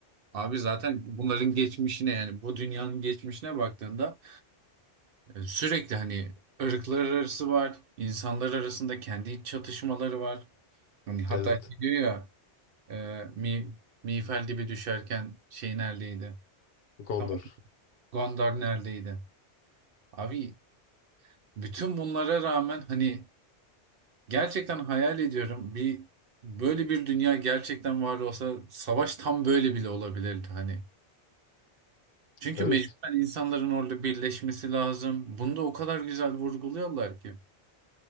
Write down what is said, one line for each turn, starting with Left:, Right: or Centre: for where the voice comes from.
Right: Abi zaten bunların geçmişine yani bu dünyanın geçmişine baktığında e, sürekli hani ırklar arası var, insanlar arasında kendi iç çatışmaları var. Hani hatta
Left: <laughs> Evet.
Right: şey diyor ya Ee, Mi, Mifel gibi düşerken şey neredeydi?
Left: Gondor.
Right: Tamam. Gondor neredeydi? Abi bütün bunlara rağmen hani gerçekten hayal ediyorum bir böyle bir dünya gerçekten var olsa savaş tam böyle bile olabilirdi hani. Çünkü
Left: Evet.
Right: mecburen insanların orada birleşmesi lazım. Bunu da o kadar güzel vurguluyorlar ki.